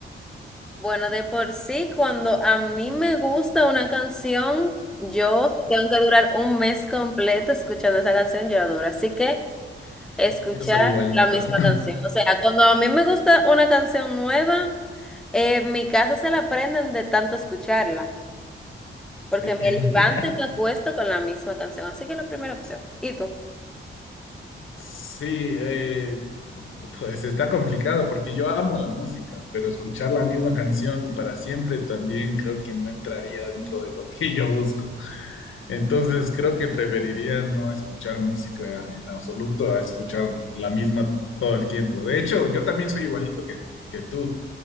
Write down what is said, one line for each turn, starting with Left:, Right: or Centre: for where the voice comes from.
Centre: Bueno, de por sí, cuando a mí me gusta una canción, yo tengo que durar un mes completo escuchando esa canción, yo la adoro. Así que escuchar
Left: Yo soy igualito.
Centre: la misma
Left: <laughs>
Centre: canción. O sea, cuando a mí me gusta una canción nueva, eh, en mi casa se la aprenden de tanto escucharla, porque
Left: Sí.
Centre: me
Left: <laughs>
Centre: levanto y me acuesto con la misma canción. Así que la primera opción. ¿Y tú?
Left: Sí, eh, pues está complicado porque yo amo la música, pero escuchar la misma canción para siempre también creo que no entraría dentro de lo que yo busco. Entonces creo que preferiría no escuchar música en absoluto a escuchar la misma todo el tiempo. De hecho, yo también soy igualito que, que tú,